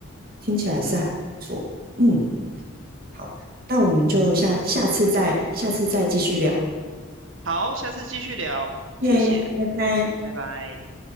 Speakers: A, on the right; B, on the right.
A: 听起来是还不错。
B: 嗯
A: 嗯。
B: 嗯，
A: 好，那我们就下下次再下次再继续聊。
B: 好，下次继续聊，
A: 耶，
B: 谢谢，
A: 拜拜。
B: 拜拜。